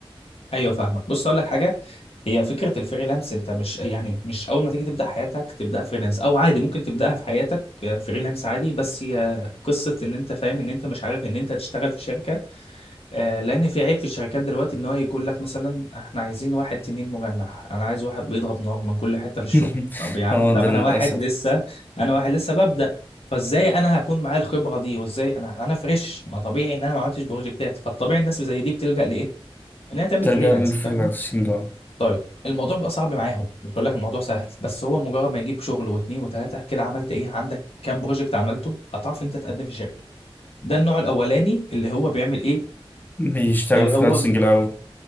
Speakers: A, on the left; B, on the left.
A: ايوه فاهمك بص هقول لك حاجه هي فكره الفريلانس انت مش يعني مش اول ما تيجي تبدا حياتك تبدا فريلانس او عادي ممكن تبداها في حياتك آه، فريلانس عادي بس هي قصه ان انت فاهم ان انت مش عارف ان انت هتشتغل في شركه آه، لان في عيب في الشركات دلوقتي ان هو يقول لك مثلا احنا عايزين واحد تنين مجنح انا عايز واحد بيضرب نار من كل حته
B: <laughs>
A: في الشغل طب يا عم
B: اه
A: طب
B: ده للأسف
A: انا واحد لسه انا واحد لسه ببدا فازاي انا هكون معايا الخبره دي وازاي انا انا فريش ما طبيعي ان انا ما عملتش بروجكتات فالطبيعي الناس زي دي بتلجأ لايه ان هي تعمل
B: ترجع
A: فريلانس
B: للفريلانسنج
A: فاهمني
B: اه
A: طيب الموضوع بيبقى صعب معاهم مش هقول لك الموضوع سهل بس هو مجرد ما يجيب شغل واتنين وتلاته كده عملت ايه عندك كام بروجكت عملته هتعرف انت تقدم في شركه ده النوع الاولاني اللي هو بيعمل ايه
B: بيشتغل
A: اللي
B: فريلانسنج
A: هو ب-
B: الأول